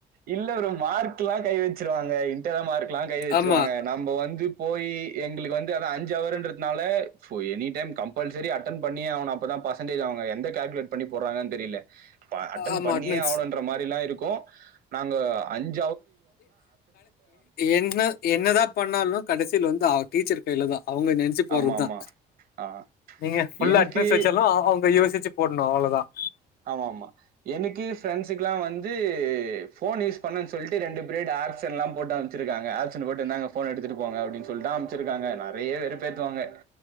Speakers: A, on the right; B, on the left.
A: இல்ல ஒரு மார்க் எல்லாம் கை வச்சிருவாங்க இட மார்க் ல்லாம் கை வச்சிருவாங்க
B: ஆமா
A: நம்ம வந்து போய் எங்களுக்கு வந்து அத அஞ்சு அவர்ன்றதுனாலடைம் கம்பல்சரி அட்டன் பண்ணி அவன அப்பதான் பர்சன்டேஜ் அவங்க எந்த கால்குலேட் பண்ணி போடுறாங்கன்னு தெரியல அட்டன்்
B: ஆமா
A: பண்ணியே
B: அட்டனன்ஸ்
A: ஆகணும்ன்ற மாதிரி எிலாம் இருக்கும் நாங்க அஞ்சு
B: என்ன என்னதான் பண்ணாலும் கடைசியில வந்து அவ டீச்ச கலதா அவங்க நெச்சு போடுறது
A: ஆமாமா.
B: தான்
A: ஆ.
B: நீங்க ஃபுல்ல
A: எனக்கு
B: அட்வன்ஸ் வச்சாலும் அவங்க யோசிச்சு போடணும் அவ்வளோதான்
A: ஆமா - ஆமா எனக்கு பிரண்ட்ுல்லாம் வந்து போன் யூஸ் பண்ணு சொல்லிட்டுண்டு பே ஆ எ போிருக்கா ஆ போட்டுந்தாங்க போன் எடுத்துட்டு போங்க அடின்னு சொிட்டு இருக்காங்க நிறைய வெறு பேற்றுுவாங்க